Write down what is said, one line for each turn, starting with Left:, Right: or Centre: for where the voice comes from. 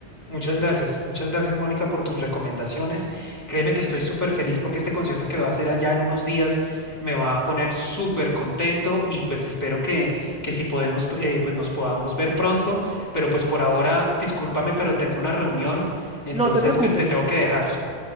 Left: Muchas gracias, muchas gracias Mónica por tus recomendaciones. Créeme que estoy súper feliz porque este concierto que va a hacer allá en unos días me va a poner súper contento y pues espero que, que si podemos, eh, pues nos podamos ver pronto, pero pues por ahora, discúlpame, pero tengo una reunión, entonces
Centre: No te preocupes.
Left: pues te tengo que dejar.